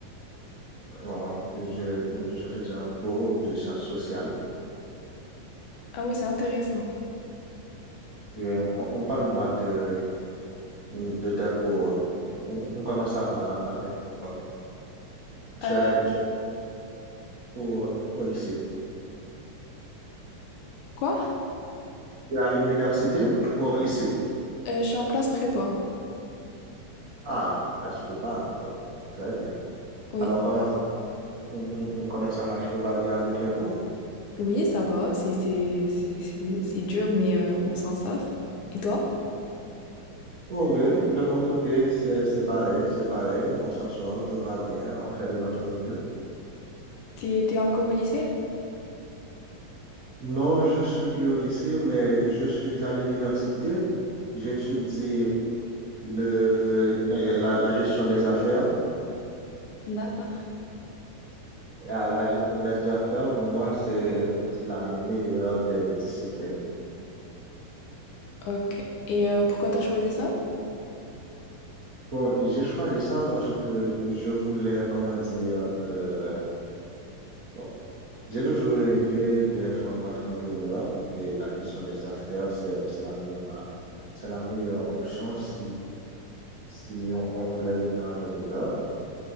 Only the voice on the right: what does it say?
Bon, je, je faisais un cours de sciences sociales.
Et on, on parle-moi de, de ta cours. On, on- comment ça va avec l'école? Tu
es, tu es au, au lycée?
Tu es à l'université ou au lycée?
Ah, ça se peut pas. ouais. Très bien.
Alors, comment, on- on- on- comment ça marche? Tout va bien avec les cours?
Oh oui, de mon côté, c'est c'est pareil, c'est pareil. On s'en sort, tout va bien, on fait de notre mieux.
Non, je suis plus au lycée, mais je suis à l'université. J'étudie le euh, la, la gestion des affaires.
Et à la gestion des affaires, pour moi, c'est c'est la meilleure des disciplines.
Bon, j'ai choisi ça parce que je voulais, comment dire, euh, bon, j'ai toujours rêvé d'être un entrepreneur et la gestion des affaires, c'est c'est la meilleure c'est la meilleure option si, si on, on voudrait devenir entrepreneur.